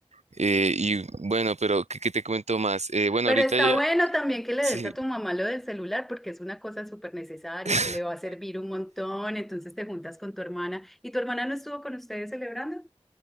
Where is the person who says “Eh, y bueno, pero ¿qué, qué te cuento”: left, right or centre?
Right